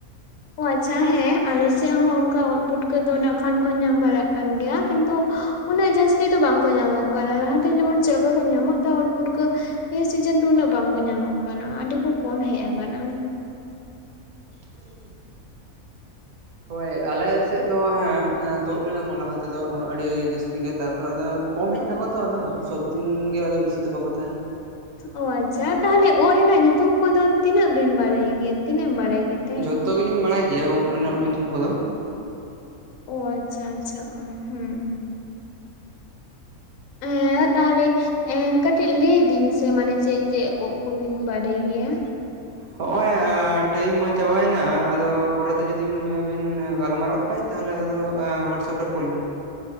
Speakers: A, on the left; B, on the right.
A: ᱚ ᱟᱪᱪᱷᱟ ᱦᱮᱸ ᱟᱞᱮ ᱥᱮᱫ ᱦᱚᱸ ᱚᱱᱠᱟ ᱩᱫ ᱵᱩᱴᱠᱟᱹ ᱫᱚ ᱠᱷᱚᱱᱟᱱ ᱠᱚ ᱧᱟᱢ ᱵᱟᱲᱟᱜ ᱠᱟᱱ ᱜᱮᱭᱟ ᱠᱤᱱᱛᱩ ᱩᱱᱟᱹᱜ ᱡᱟᱹᱥᱛᱤ ᱫᱚ ᱵᱟᱝᱠᱚ ᱧᱟᱢᱚᱜ ᱠᱟᱱᱟ ᱞᱟᱦᱟᱛᱮ ᱡᱮᱢᱚᱱ ᱪᱮᱫ ᱞᱮᱠᱟ ᱠᱚ ᱧᱟᱢᱚᱜ ᱩᱫ ᱯᱩᱴᱠᱟᱹ ᱱᱤᱭᱟᱹ ᱥᱤᱡᱮᱱ ᱫᱚ ᱩᱱᱟᱹᱜ ᱵᱟᱝᱠᱚ ᱧᱟᱢᱚᱜ ᱠᱟᱱᱟ ᱟᱹᱰᱤ ᱠᱚ ᱠᱚᱢ ᱦᱮᱡ ᱟᱠᱟᱱᱟ᱾
B: <unintelligible> ᱦᱳᱭ ᱟᱞᱮ ᱥᱮᱫ ᱫᱚ ᱦᱮᱸ ᱛᱩᱫ ᱞᱮᱱᱟ ᱠᱚ ᱞᱟᱦᱟ ᱛᱮᱫᱚ ᱟᱹᱰᱤ ᱡᱟᱹᱥᱛᱤ ᱜᱮ ᱛᱟᱨᱯᱚᱨᱮ ᱟᱫᱚ ᱠᱚᱢ ᱦᱮᱡ ᱱᱟᱠᱚ ᱛᱚ ᱟᱫᱚ ᱥᱚᱵᱫᱤᱱ ᱜᱮ ᱟ ᱵᱤᱥᱤ ᱫᱚ ᱵᱟᱠᱚ ᱛᱟᱦᱮᱱᱟ
A: ᱚ ᱟᱪᱪᱷᱟ ᱛᱟᱦᱚᱞᱮ ᱩᱫ ᱨᱮᱱᱟᱜ ᱧᱩᱛᱩᱢ ᱠᱚᱫᱚ ᱛᱤᱱᱟᱹᱜ ᱵᱤᱱ ᱵᱟᱲᱟᱭ ᱜᱮᱭᱟ ᱛᱤᱱᱟᱹᱜ ᱮᱢ ᱵᱟᱲᱟᱭ ᱜᱮᱛᱮ?
B: ᱡᱚᱛᱚ ᱜᱮᱞᱤᱧ ᱵᱟᱲᱟᱭ ᱜᱮᱭᱟ ᱩᱵ ᱨᱮᱱᱟᱜ ᱧᱩᱛᱩᱢ ᱠᱚᱫᱚ᱾
A: ᱚ ᱟᱪᱪᱷᱟ ᱟᱪᱪᱷᱟ ᱦᱩᱸ ᱦᱮ ᱛᱟᱦᱞᱮ ᱮ ᱠᱟᱹᱴᱤᱡ ᱞᱟᱹᱭ ᱵᱤᱱ ᱥᱮ ᱢᱟᱱᱮ ᱪᱮᱫ ᱪᱮᱫ ᱩᱵ ᱠᱚᱵᱤᱱ ᱵᱟᱰᱟᱭ ᱜᱮᱭᱟ᱾
B: ᱦᱚᱜᱼᱚᱭ ᱴᱟᱭᱤᱢ ᱢᱟ ᱪᱟᱵᱟᱭᱮᱱᱟ ᱟᱫᱚ ᱯᱚᱨᱮᱛᱮ ᱡᱩᱫᱤᱢ ᱵᱤᱱ ᱜᱟᱞᱢᱟᱨᱟᱜ ᱠᱷᱟᱡ ᱛᱟᱦᱚᱞᱮ ᱟᱫᱚ ᱦᱚᱳᱣᱟᱴᱥᱮᱯ ᱨᱮ ᱠᱩᱞ ᱵᱤᱱ᱾